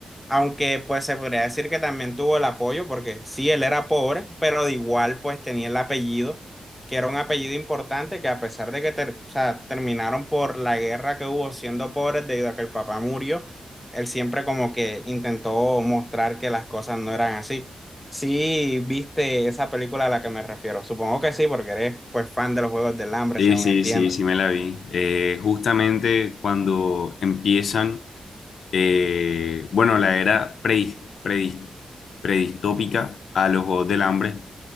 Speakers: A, in the centre; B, on the left (about 80°).
A: Aunque pues se podría decir que también tuvo el apoyo, porque sí, él era pobre, pero de igual pues tenía el apellido, que era un apellido importante, que a pesar de que ter- o sea, terminaron por la guerra que hubo siendo pobres debido a que el papá murió él siempre como que intentó mostrar que las cosas no eran así. Sí, viste esa película a la que me refiero. Supongo que sí, porque eres pues fan de los Juegos del Hambre,
B: Sí,
A: según
B: sí,
A: entiendo.
B: sí, sí me la vi. Eh, justamente cuando empiezan, eh, bueno, la era predis- predis- predistópica a los Juegos del Hambre,